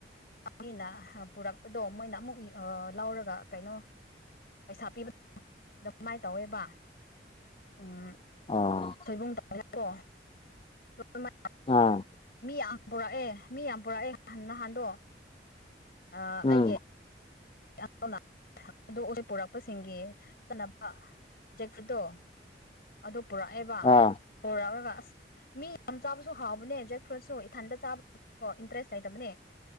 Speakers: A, on the left; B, on the left.
A: ꯃꯤꯅ ꯄꯨꯔꯛꯄꯗꯣ ꯃꯣꯏꯅ ꯑꯃꯨꯛ ꯂꯧꯔꯒ ꯀꯩꯅꯣ ꯄꯩꯁꯥ ꯄꯤꯕ ꯑꯗꯨꯃꯥꯏꯅ ꯇꯧꯋꯦꯕ ꯎꯝ
B: ꯑꯥ
A: ꯁꯣꯏꯕꯨꯡ ꯇꯧꯔꯦ ꯀꯣ <unintelligible>
B: ꯎꯝ
A: ꯃꯤ ꯌꯥꯝ ꯄꯨꯔꯛꯑꯦ ꯃꯤ ꯌꯥꯝ ꯄꯨꯔꯛꯑꯦ ꯅꯍꯥꯟꯗꯣ ꯑ
B: ꯎꯝ
A: ꯑꯩꯒꯤ <unintelligible> ꯑꯗꯨ ꯍꯧꯖꯤꯛ ꯄꯨꯔꯛꯄꯁꯤꯡꯒꯤ ꯆꯠꯅꯕ <unintelligible> ꯑꯗꯨ ꯄꯨꯔꯛꯑꯦꯕ
B: ꯑꯥ
A: ꯄꯨꯔꯛꯂꯒ ꯑꯁ ꯃꯤ ꯌꯥꯝ ꯆꯥꯕꯁꯨ ꯍꯥꯎꯕꯅꯦ ꯖꯦꯛ ꯐ꯭ꯔꯨꯠꯁꯨ ꯏꯊꯟꯇ ꯆꯥꯕ ꯏꯟꯇꯔꯦꯁ ꯂꯩꯇꯕꯅꯦ